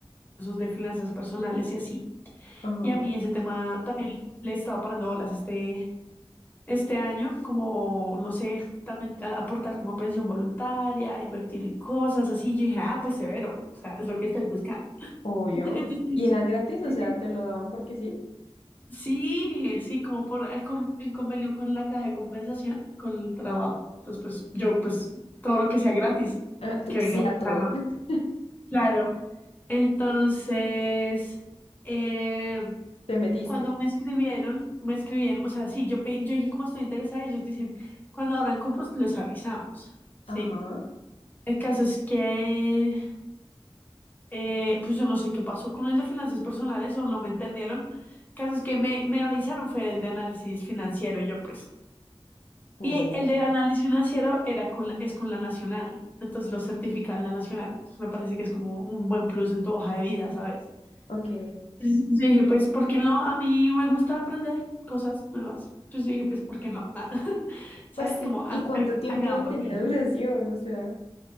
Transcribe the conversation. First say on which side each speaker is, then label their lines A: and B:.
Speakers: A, on the left; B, on the left.
A: de finanzas personales y así,
B: ajá,
A: y a mí ese tema también le he estado parando bolas este este año, como, no sé, también a- aportar como a pensión voluntaria, invertir en cosas así. Yo dije, ah, pues severo, o sea, es lo que estoy buscando. <laughs>
B: obvio.
A: Entonces,
B: ¿Y eran gratis?
A: pues,
B: O sea,
A: eh,
B: ¿te lo daban porque sí?
A: sí, sí, como por, eh, con- en convenio con la caja de compensación y con el trabajo. Entonces, pues yo, pues todo lo que sea gratis,
B: Ah, tú,
A: que
B: sí
A: venga,
B: a todo.
A: ¿no?
B: <laughs>
A: Claro. Entonces, em,
B: Te metiste.
A: cuando me escribieron, me escribieron, o sea, sí, yo, pe- yo dije como estoy interesada, y ellos dicen, cuando abran cupos les avisamos, ¿sí?
B: Ajá.
A: El caso es que, eh, pues yo no sé qué pasó con el de finanzas personales o no me entendieron. El caso es que me, me avisaron fue el de análisis financiero, yo pues.
B: mm,
A: Y el de análisis financiero era con la- es con la nacional, entonces lo certifican la nacional. Entonces me parece que es como un buen plus en tu hoja de vida, ¿sabes?
B: ok,
A: Y dije, pues, ¿por qué no? A mí me gusta aprender cosas nuevas. Entonces yo dije, pues, ¿por qué no? Ah, <laughs> ¿Sabes?
B: pues sí.
A: Como, ha-
B: ¿Y cuánto
A: ha-
B: tiempo
A: hagámosle.
B: tenía duración? O sea,